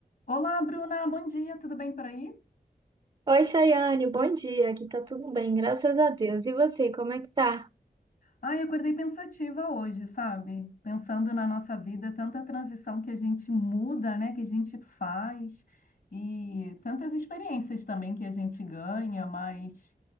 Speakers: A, on the left; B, on the right.
A: Olá, Bruna, bom dia, tudo bem por aí?
B: Oi, Chayane, bom dia. Aqui tá tudo bem, graças a Deus. E você, como é que tá?
A: Ai, acordei pensativa hoje, sabe? Pensando na nossa vida, tanta transição que a gente muda, né? Que a gente faz e tantas experiências também que a gente ganha, mas